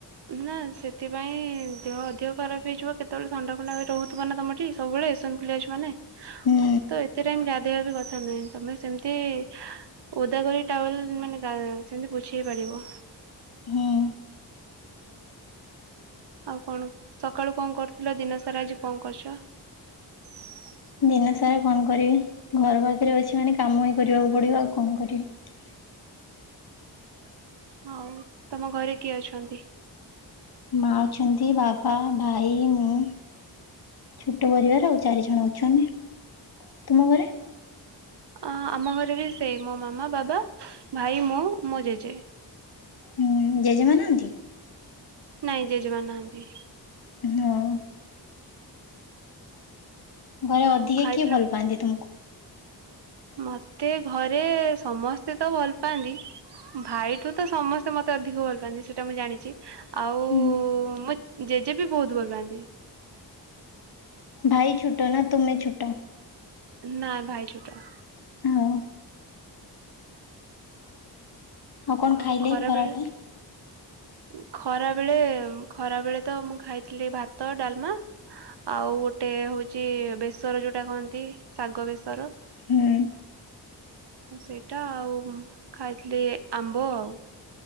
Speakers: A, on the right; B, on the left.
A: ନା ସେଥିପାଇଁ ଦେହ ଅଧିକ ଖରାପ ହେଇଯିବ କେତେବେଳେ ଥଣ୍ଡା ଫଣ୍ଡା ରହୁଥିବ ନା ତମଠି ସବୁବେଳେ। ଏସନ ଫୁଲିଆ ଅଛି ମାନେ
B: ହୁଁ
A: ତ ଏତେ ଟାଇମ୍ ଗା ଧେଇ ବି କଥା ନୁହେଁ ତମେ ସେମିତି ଓଦା କରି ଟ୍ରାଭେଲ ମାନେ ଗା ସେମିତି ବୁଝେଇ ପାରିବ।
B: ହଁ।
A: ଆଉ କଣ ସକାଳୁ କଣ କରୁଥିଲ ଦିନ ସାରା ଆଜି କଣ କରୁଛ? <unintelligible>
B: ଦିନ ସାରା କଣ କରିବି ଘର ପାଖରେ ଅଛି ମାନେ କାମ ହିଁ କରିବାକୁ ପଡିବ ଆଉ କଣ କରିବି।
A: <unintelligible> ହଉ ତମ ଘରେ କିଏ ଅଛନ୍ତି?
B: ମା ଅଛନ୍ତି ବାବା ଭାଇ ମୁଁ। ଛୋଟ ପରିବାର ଆଉ ଚାରି ଜଣ ଅଛୁ ଆମେ ତୁମ ଘରେ?
A: ଅ ଆମ ଘରେ ବି ସେଇ ମୋ ମାମା ବାବା ଭାଇ ମୁଁ ମୋ ଜେଜେ।
B: ହୁଁ ଜେଜେମା ନାହାନ୍ତି?
A: ନାଇଁ ଜେଜେ ମା ନାହାନ୍ତି।
B: ହଁ। ଘରେ
A: ଆଉ
B: ଅଧିକା
A: ଖାଇଥିଲ
B: କିଏ ଭଲ ପାଆନ୍ତି ତୁମକୁ?
A: ମତେ ଘରେ ସମସ୍ତେ ତ ଭଲ ପାଆନ୍ତି। ଭାଇଠୁ ତ ସମସ୍ତେ ମତେ ଅଧିକ ଭଲ ପାଆନ୍ତି ସେଟା ମୁଁ ଜାଣିଛି। ଆଉ
B: ହୁଁ।
A: ମୋ ଜେଜେ ବି ବହୁତ ଭଲ ପାଆନ୍ତି।
B: ଭାଇ ଛୋଟ ନା ତୁମେ ଛୋଟ
A: ନା ଭାଇ ଛୋଟ।
B: ହଉ। କଣ
A: ଆଉ
B: ଖାଇଲେ
A: ଖରାବେଳେ।
B: ଖରାବେଳେ?
A: ଖରା ବେଳେ ଖରା ବେଳେ ତ ମୁଁ ଖାଇଥିଲି ଭାତ ଡାଲମା ଆଉ ଗୋଟେ ଟେ ହଉଛି ବେସର ଯୋଉଟା କହନ୍ତି ଶାଗ ବେସର।
B: ହୁଁ।
A: ସେଇଟା ଆଉ ଖାଇଥିଲି ଆମ୍ବ ଆଉ।